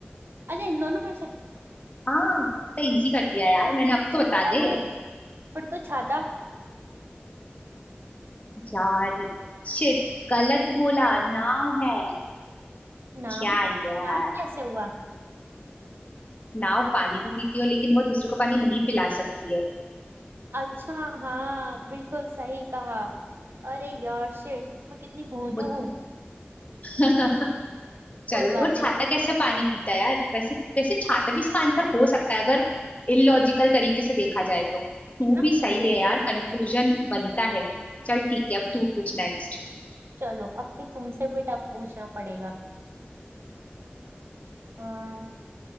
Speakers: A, on the right; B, on the left.
A: अच्छा इन दोनों में से
B: हाँ तो इजी कर दिया यार
A: तो
B: मैंने अब तो बता दे
A: अरे पर तो छाता
B: यार शिट गलत बोला नाव है
A: नाम
B: क्या यार
A: नाम कैसे हुआ
B: नाव पानी भी पीती हो लेकिन वो दूसरों को पानी नहीं पिला सकती है
A: अच्छा हाँ बिल्कुल सही कहा अरे यार शिट मैं कितनी भोंदू
B: मुझ-
A: हूँ
B: <laughs>
A: कोई
B: चलो
A: बात
B: और छाता
A: नहीं
B: कैसे पानी पीता है यार वैसे वैसे छाता भी इसका आंसर हो सकता है अगर इलॉजिकल तरीके से देखा जाए तो तू
A: ना
B: भी सही
A: बिल्कुल
B: है यार कंक्लूजन बनता है चल ठीक है अब तू पूछ नेक्स्ट
A: चलो अब भी तुमसे भी टफ पूछना पड़ेगा अम,